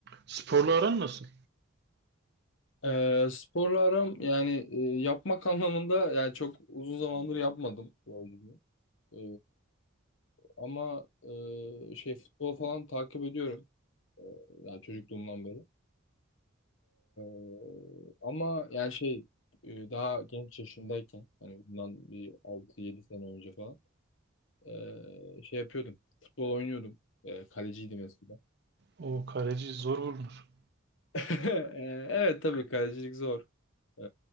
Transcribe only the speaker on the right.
Sporla aran nasıl?
O kaleci zor bulunur.